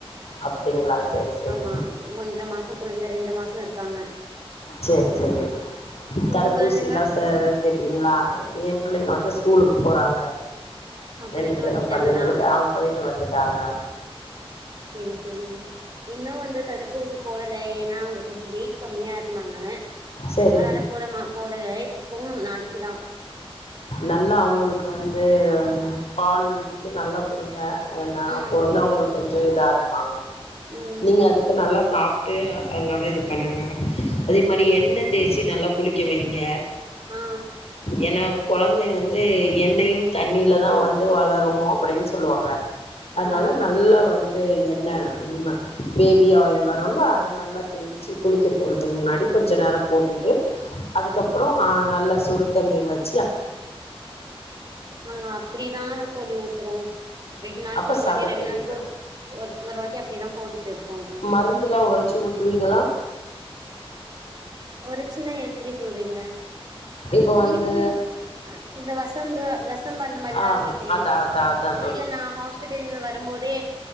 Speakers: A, on the left; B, on the right.
A: அப்டிங்களா செரி செரி
B: க ஆமா ஒன்ற மாசோம் குழந்த ரெண்டு மாசோ இருக்காங்க
A: சரி
B: ம்
A: சரிங்க
B: உங்க
A: தடுப்பூசி
B: கொழந்தைங்க
A: எல்லா செலு துட்டீங்களா எ பிள்ளைங்க வந்து ஸ்கூலுக்கு போறாங்க
B: ஆ
A: ரெண்டு
B: போயிட்டு
A: பேரு
B: வந்துட்டாங்களா
A: பள்ளிங்களுக்கு ஆ போயிட்டு வந்துட்டாங்க
B: செரி செரி இன்னு வந்து தடுப் தடுப்பு ஊசி போடல ஏன்னா அவங்க கொஞ்சு வெயிட் கம்மியா இருந்தாங்க
A: சரி
B: அதனால போடம போடல இப்ப போணு நாளைக்குதா
A: நல்லா அவங்களுக்கு வந்து பால் வந்து நல்லா குடுங்க ஏன்னா
B: ம்
A: அப்போ வந்து அவங்களுக்கு கொஞ்சு இதா இருக்கு வாங்க
B: ம்
A: நீங்க
B: செரி
A: அதுக்கு
B: செரிங்க
A: நல்லா
B: தோழி
A: சாப்பிட்டு அது நல்லா இது பண்ணுங்க அதே மாரி
B: செரிங்க
A: எண்ணெ
B: தோழி
A: தேய்ச்சு நல்லா குளிப் க்க வெயிங்க
B: ஆ
A: ஏன்னா கொழந்தைங்க வந்து எண்ணெயும் தண்ணியில தா வந்து வளரு அப்பிடின்னு சொல்லுவாங்க அதனால
B: ஆ
A: நல்லா வந்து து எண்ண ம் பேபி ஆயில் வ <unintelligible> அதை நல்லா தேய்ச்சு குளிக்க போடுது துக்கு முன்னாடி கொஞ்சு நேரோ போட்டுட்டு அதுக்கப்புறோ ஆ நல்ல சுடு தண்ணீர் வச்
B: ஆ அப்படிதான் தோழி ஊத்துரோ ரெண்டு நாளைக்கு
A: அப்ப
B: ஒரு
A: சத
B: வாட்டி ரெண்டு
A: பிடிக்கு
B: நாளைக்கு ஒ ஒரு வாட்டி அப்படிதா போட்டுட்டு இருக்கோ
A: மருந்துலா உரைச்சு ஊத்துவீங்களா
B: ஒரு சின்ன என் எப்பிடி சொல்றீங்க
A: இப்ப வந்து
B: வீட்டுல ஆ இந்த வசம்பு வெசம்பு அந்த மாரிதான
A: ஆ
B: கேக்குறீங்க
A: அதா அதா அதா தோழி
B: இல்ல நா ஹாஸ்பிட்டல்ருந்து வரும்போதே